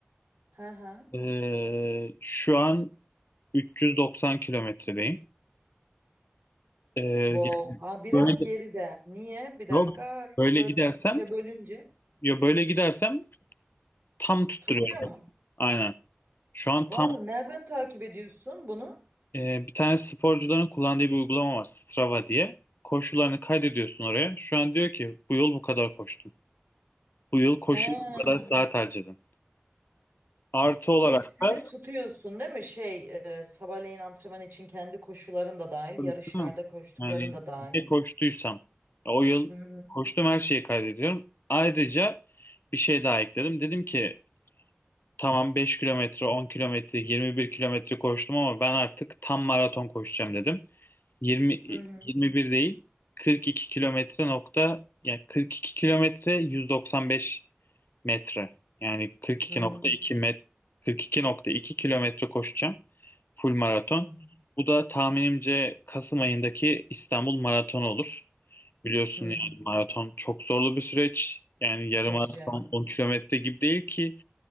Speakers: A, on the right (about 55°); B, on the left (about 60°).
A: Hı hı.
B: Ee, şu an 390 kilometredeyim. Ee, yani
A: Wow. Ha, biraz
B: böyle
A: geride. Niye? Bir dakika.
B: yok, böyle
A: Yılı
B: gidersem
A: üçe bölünce
B: ya böyle gidersem tam tutturuyorum.
A: tutuyor mu?
B: Aynen. Şu an
A: Var.
B: tam
A: Nereden takip ediyorsun bunu?
B: Ee, bir tane sporcuların kullandığı bir uygulama var Strava diye. Koşularını kaydediyorsun oraya. Şu an diyor ki bu yıl bu kadar koştum. Bu yıl koşuya
A: Ha.
B: bu kadar saat harcadım. Artı olarak
A: Hepsini
B: da.
A: tutuyorsun değil mi? Şey, e, sabahleyin antrenman için kendi koşuların da dahil,
B: Tabii
A: yarışlarda
B: değil mi?
A: koştukların
B: Yani
A: da dahil.
B: ne koştuysam o yıl
A: Hı hı.
B: koştum her şeyi kaydediyorum. Ayrıca bir şey daha ekledim. Dedim ki tamam 5 kilometre, 10 kilometre, 21 kilometre koştum ama ben artık tam maraton koşacağım dedim. Yirmi
A: Hı hı.
B: yirmi bir değil 42 kilometre nokta yani 42 kilometre 195 metre. Yani 42.2
A: Hı hı.
B: met 42.2 kilometre koşacağım. Full maraton.
A: Hı hı.
B: Bu da tahminimce Kasım ayındaki İstanbul Maratonu olur. Biliyorsun
A: Hı
B: yani
A: hı.
B: maraton çok zorlu bir süreç. Yani yarım
A: Tabii
B: maraton
A: canım.
B: 10 kilometre gibi değil ki.